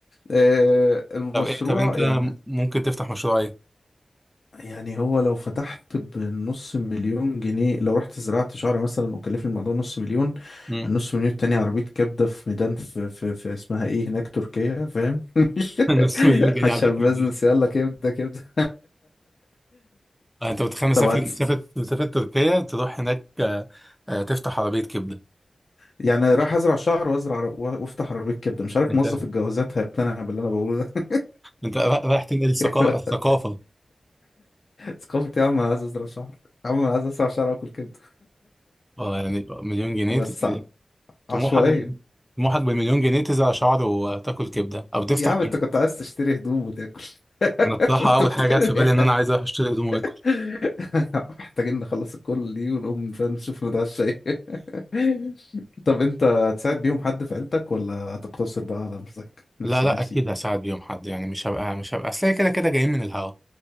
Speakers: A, on the left; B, in the centre.
A: آه، المشروع
B: طب ايه طب انت
A: يعني
B: ممكن تفتح مشروع ايه؟
A: يعني هو لو فتحت بنص مليون جنيه لو رحت زرعت شعر مثلا وكلفني الموضوع نص مليون
B: مم.
A: النص مليون التاني عربية كبدة في ميدان في, في, في اسمها ايه هناك تركيا فاهم <laughs>
B: <laughs> نص مليون جنيه
A: عشان
B: عبيط منين؟
A: بزنس يلا كبدة كبدة
B: آه، انت متخيل
A: <laughs>
B: مسافة
A: طب هتس-
B: مسافة مسافة تركيا تروح هناك آه، آه، تفتح عربية كبدة
A: يعني رايح ازرع شعر وازرع عر- و- وافتح عربية كبدة مش عارف
B: انت
A: موظف الجوازات هيقتنع باللي انا بقوله ده
B: انت را- رايح تنقل ثقا-
A: <laughs>
B: ثقافة
A: ثقافة يا عم انا عايز ازرع شعر يا عم انا عايز ازرع شعر واكل كبدة
B: اه يعني مليون جنيه
A: بس
B: ت- مليون-
A: ع-
B: طموحك
A: عشوائية
B: طموحك بمليون جنيه تزرع شعر وتاكل كبدة او تفتح
A: يا عم انت كنت عايز تشتري هدوم وتاكل
B: انا
A: <laughs>
B: الصراحة
A: انت
B: اول
A: بتتكلم
B: حاجة جت في بالي
A: إيه؟
B: ان انا عايز اروح اشتري هدوم واكل
A: <laughs> محتاجين نخلص الكل دي ونقوم فاهم نشوف نتغشى ايه <laughs> طب انت هتساعد بيهم حد في عيلتك ولا هتقتصر بقى على نفسك نفسي
B: لا لا
A: نفسي
B: اكيد هساعد بيهم حد يعني مش هبقى مش هبقى اصل هي كده كده جايين من الهوا